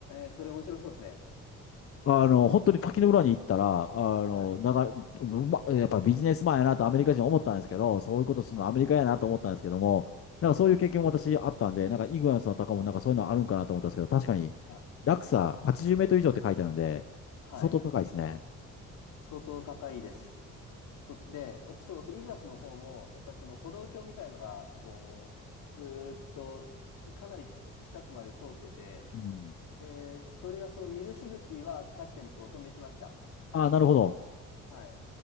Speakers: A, on the left (about 80°); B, on the left (about 50°).
A: えー、それ面白そうですね。
B: あの、本当に滝の裏に行ったら、あの、
A: はい、
B: なが、うま、やっぱビジネスマンやなとアメリカ人思ったんですけど、そういうことするのアメリカやなと思ったんですけども、
A: はい、
B: なんかそういう経験も私あったんで、
A: はい。
B: なんかイグアスの高もなんかそういうのあるんかなと思ったんですけど、確かに
A: はい
B: 落差80メートル以上って書いてあるんで、
A: はい。
B: 相当高いですね。
A: 相当高いです。そ、で、そうそう、イーグアスの方も、やっぱりその歩道橋みたいのが、こう、ずーっと、かなりち近くまで通ってて、
B: うん。
A: で、それがその水しぶきは確かにこう飛んできました。
B: ああ、なるほど。
A: はい。